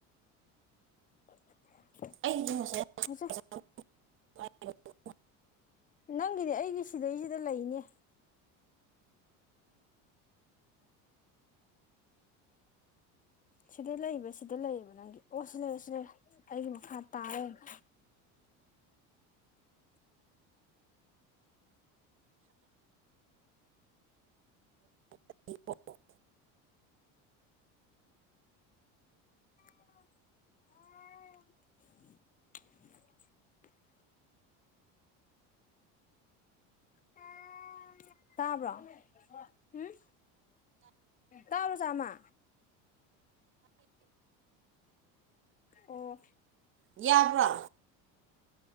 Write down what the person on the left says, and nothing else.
<unintelligible>
ꯀꯁ꯫
ꯅꯪꯒꯤꯗꯤ ꯑꯩꯒꯤ ꯁꯤꯗꯩꯁꯤꯗ ꯂꯩꯅꯦ꯫ ꯁꯤꯗ ꯂꯩꯕ ꯁꯤꯗ ꯂꯩꯌꯦꯕ ꯅꯪꯒꯤ ꯑꯣ ꯁꯤ ꯂꯩꯔꯦ ꯁꯤ ꯂꯩꯔꯦ ꯑꯩꯒꯤ ꯃꯈꯥ ꯇꯥꯂꯩꯔꯝꯃꯦ꯫
<unintelligible> <unintelligible> ꯇꯥꯕ꯭ꯔꯣ ꯍꯨꯝ ꯇꯥꯕ꯭ꯔꯣ ꯆꯥꯃ꯫ ꯑꯣ꯫